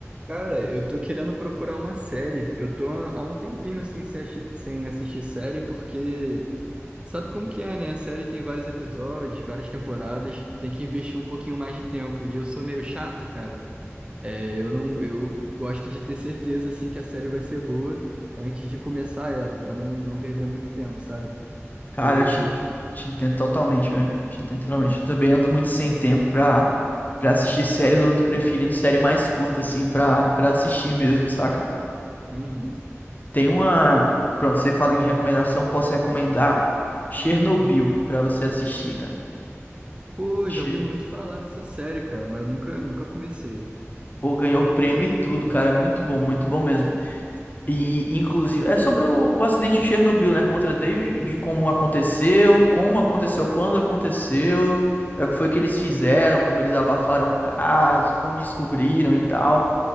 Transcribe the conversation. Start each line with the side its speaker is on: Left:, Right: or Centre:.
Right: Cara, eu tô querendo procurar uma série. Eu tô há há um tempinho assim, sem assi- sem assistir série, porque sabe como que é, né? A série tem vários episódios, várias temporadas, tem que investir um pouquinho mais de tempo. E eu sou meio chato, cara. É, eu não, eu gosto de ter certeza assim que a série vai ser boa antes de começar ela, pra não, não perder muito tempo, sabe?
Left: Cara,
Right: Porque,
Left: eu te, ent- te entendo totalmente, velho. Te entendo totalmente. Eu também ando muito sem tempo pra, pra assistir série. Eu ando preferindo série mais curta, assim, pra, pra assistir mesmo, saca?
Right: Uhum.
Left: Tem uma. Pronto, você fala em recomendação, posso recomendar Chernobyl pra você assistir, cara.
Right: pô,
Left: Che-
Right: já ouvi muito falar dessa série, cara, mas nunca, nunca comecei.
Left: Pô, ganhou prêmio e tudo, cara. É muito bom, muito bom mesmo. E, inclusive, é sobre o, o acidente de Chernobyl, né? Contra desde de como aconteceu, como aconteceu, quando aconteceu, é, o que foi que eles fizeram, como eles abafaram o caso, como descobriram e tal.